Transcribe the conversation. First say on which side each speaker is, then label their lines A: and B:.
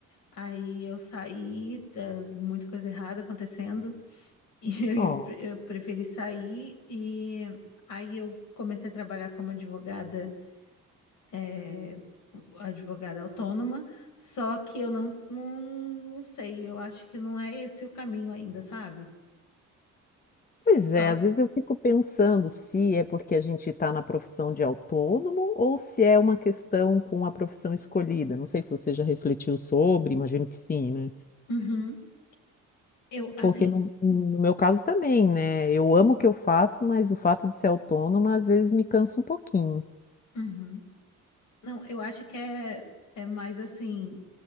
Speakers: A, on the left; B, on the left.
A: aí eu saí, tá muita coisa errada acontecendo, <laughs> e eu,
B: Ó.
A: eu, pre- eu preferi sair, e aí eu comecei a trabalhar como advogada, é, advogada autônoma, só que eu não, não, não sei, eu acho que não é esse o caminho ainda, sabe? Só.
B: Pois é, às vezes eu fico pensando se é porque a gente está na profissão de autônomo ou se é uma questão com a profissão escolhida. Não sei se você já refletiu sobre, imagino que sim, né?
A: Uhum. eu, assim.
B: Porque no, no meu caso também, né? Eu amo o que eu faço, mas o fato de ser autônoma às vezes me cansa um pouquinho.
A: uhum. Não, eu acho que é, é mais assim,